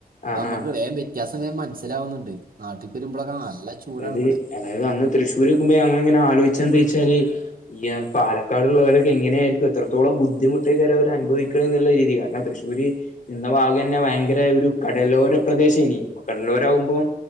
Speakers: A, on the right (about 60°); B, on the left (about 55°).
A: അപ്പൊ
B: ആഹ്
A: നമ്മുക്ക്
B: ആഹ്
A: വേം വ്യത്യാസം വേം മനസ്സിലാവുന്നുണ്ട് നാട്ടിൽക്ക് വരുമ്പോളൊക്കെ നല്ല. ചൂടാണ്
B: അതായത്
A: ഇവിടെ
B: അതായത് അന്ന് തൃശ്ശൂർ നിക്കുമ്പോ ഞങ്ങൾ ഇങ്ങനെ ആലോചിച്ചത് എന്തയ്‌ച്ചാല്. ഈ പാലക്കാട് ള്ളവരൊക്കെ എങ്ങനെയായിരിക്കും എത്രത്തോളം ബുദ്ധിമുട്ടേക്കാരം അവര് അനുഭവിക്കണം എന്നുള്ള രീതി കാരണം തൃശൂര് നിന്ന ഭാഗന്നെ ഭയങ്കര ഒരു കടലോര പ്രദേശേനി കടലോരാവുമ്പം.